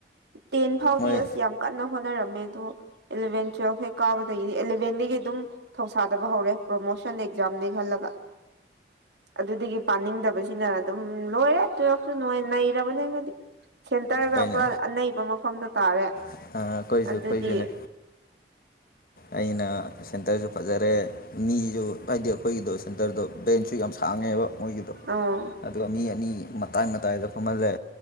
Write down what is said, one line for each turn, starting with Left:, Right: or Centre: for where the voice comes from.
Right: ꯇꯦꯟ ꯐꯥꯎꯗꯤ
Left: ꯃꯣꯏ
Right: ꯑꯁ ꯌꯥꯝ ꯀꯟꯅ ꯍꯣꯠꯅꯔꯝꯃꯦ ꯑꯗꯣ ꯏꯂꯚꯦꯟ ꯇ꯭ꯋꯦꯜꯐ ꯍꯦ ꯀꯥꯕ ꯏꯂꯦꯟꯗꯤꯒꯤ ꯑꯗꯨꯝ ꯊꯧꯁꯥꯗꯕ ꯍꯧꯔꯦ ꯄ꯭ꯔꯣꯃꯣꯁꯟ ꯑꯦꯛꯖꯥꯝꯅꯤ ꯈꯜꯂꯒ ꯑꯗꯨꯗꯒꯤ ꯄꯥꯅꯤꯡꯗꯕ ꯁꯤꯅ ꯑꯗꯨꯝ ꯂꯣꯏꯔꯦ ꯇꯨꯋꯁꯨ ꯅ ꯅꯩꯔꯕꯅꯦꯗꯤ ꯁꯦꯟꯇꯔ
Left: ꯍꯣꯏꯅꯦ
Right: ꯄꯨꯔꯥ ꯑꯅꯩꯕ ꯃꯐꯝꯗ ꯇꯥꯔꯦ
Left: ꯑꯩꯈꯣꯏꯁꯨ
Right: ꯑꯗꯨꯗꯤ
Left: ꯑꯩꯈꯣꯏꯁꯨꯅꯦ ꯑꯩꯅ ꯁꯦꯟꯇꯔꯁꯨ ꯐꯖꯔꯦ ꯃꯤꯁꯨ ꯍꯥꯏꯗꯤ ꯑꯩꯈꯣꯏꯒꯤꯗꯣ ꯁꯦꯟꯇꯔꯗꯣ ꯕꯦꯟꯁꯁꯨ ꯌꯥꯝ ꯁꯥ ꯍꯥꯡꯉꯦꯕ ꯃꯣꯏꯒꯤꯗꯣ
Right: ꯑꯣ
Left: ꯑꯗꯨꯒ ꯃꯤ ꯑꯅꯤ ꯃꯇꯥꯏ ꯃꯇꯥꯏꯗ ꯐꯝꯍꯜꯂꯦ